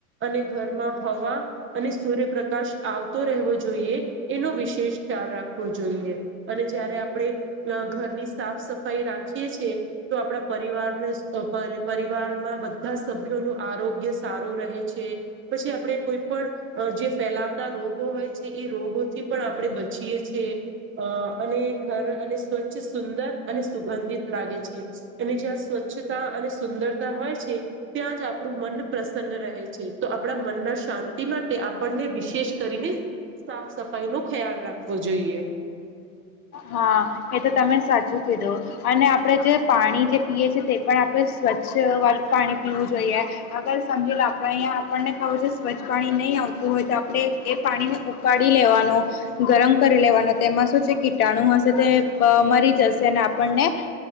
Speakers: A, on the right; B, on the left.
A: અને ઘરમાં હવા અને સૂર્યપ્રકાશ આવતો રહેવો જોઈએ. એનો વિશેષ ખ્યાલ રાખવો જોઈએ. અને જયારે આપણે ન ઘરની સાફ સફાઈ રાખીએ છીએ. તો આપણા પરિવારનો પરિવારમાં બધા સભ્યો નું આરોગ્ય સારું રહે છે. પછી આપણે કોઈ પણ અ જે ફેલાતા રોગો હોય છે. એ રોગોથી પણ આપણે બચીએ છીએ. અ અને ઘર અને સ્વચ્છ સુંદર અને સુગંધિત લાગે છે, અને જ્યાં સ્વચ્છ સ્છતા અને સુંદરતા હોય છે, ત્યાં જ આપણું મન પ્રસન્ન રહે છે. તો આપણા મન શાંતિ માટે તે આપણને વિશેષ કરીને સાફ સફાઈ નો ખ્યાલ રાખવો જોઈએ.
B: હા. એ તો તમે સાચું કીધું. અને આપડે જે પાણી જે પીએ છીએ, તે પણ આપણે સ્વચ્છ હલ પાણી પીવું જોઈએ, આગળ સમજીલો આપડા અહીંયા આપણને ખબર છે, સ્વચ્છ પાણી નહીં આવતું હોયતો આ આપણે એ પાણીને ઉકાળી લેવાનો, ગરમ કરી લેવાનો. તેમાં શું છે, કીટાણુ હશે તો તે બ મરી જશે. અને આપણને